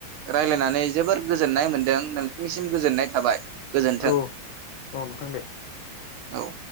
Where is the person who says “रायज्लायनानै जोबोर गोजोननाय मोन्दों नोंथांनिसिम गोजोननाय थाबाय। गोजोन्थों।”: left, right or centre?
Right